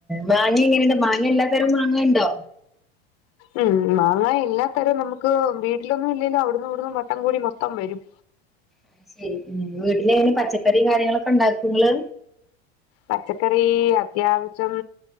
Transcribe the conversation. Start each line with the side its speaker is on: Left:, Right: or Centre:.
Centre: മാങ്ങ എങ്ങനെണ്ട് മാങ്ങ എല്ലാത്തരം മാങ്ങണ്ടോ
Left: ഉം മാങ്ങ എല്ലാത്തരം നമുക്ക് വീട്ടിലൊന്നും ഇല്ലെലും അവിടന്നു ഇവിടന്ന് വട്ടം കൂടി മൊത്തം വരും
Centre: അയ് ശരി വീട്ടിലെ എങ്ങനെ പച്ചക്കറി കാര്യങ്ങളൊക്കെ ഉണ്ടാക്കൊങ്ങള്
Left: പച്ചക്കറി അത്യാവശ്യം